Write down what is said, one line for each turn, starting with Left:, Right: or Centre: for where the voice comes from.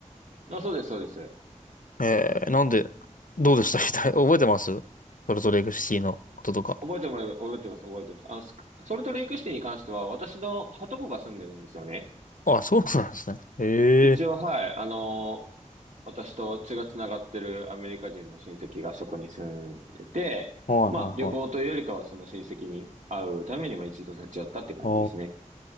Right: い。あ、そうです、そうです。
Left: えー、なんで、どうでした <laughs> 覚えてますソルトレイクシティのこととか。
Right: 覚えてもらえば、覚えてます、覚えてます。あの、スクソルトレイクシティに関しては、私のはとこが住んでるんですよね。
Left: あ、そうなんですね。ええ
Right: 一応、はい、あの、私と血がつながってるアメリカ人の親戚がそこに住んでて、
Left: はいはいはい。
Right: まあ、旅行というよりかは、その親戚に会うために、まあ、一度立ち寄ったって感じですね。
Left: あ